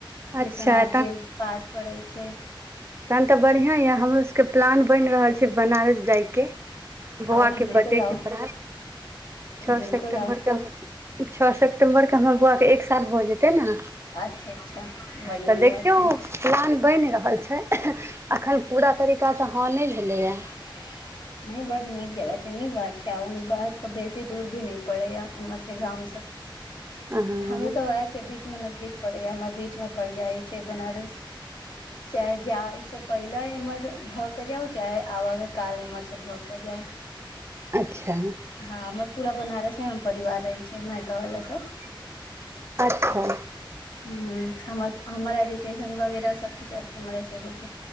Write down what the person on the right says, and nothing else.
अच्छा
प्लान ते बढ़िया ये हमरो सब के प्लान बनि रहल छै बनारस जाय के के बौआ
के
बर्थडे
के बाद छओ
सेप्टेम्बर
के छः सेप्टम्बरके हमर बौआ एक साऋ भऽ जेतै ने
तऽ
देखियौ
पुरान बनि रहल छै अखन पूरा तरीकासँ हँ नहि भेलैए
हँ हूँ
अच्छा
अच्छा